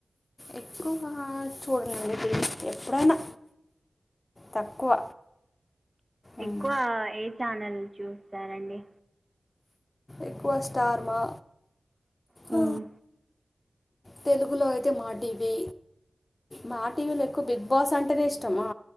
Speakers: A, on the left; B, on the right.
A: ఎక్కువగా చూడాలండి ఎప్పుడైనా తక్కువ ఉమ్,
B: ఎక్కువ ఏ ఛానల్ చూస్తారండి.
A: ఎక్కువ స్టార్ మా
B: మ్
A: ఆ, తెలుగులో అయితే మా టీవీ మా టీవీలో ఎక్కువ బిగ్ బాస్ అంటెనె ఇష్ ఇష్టమా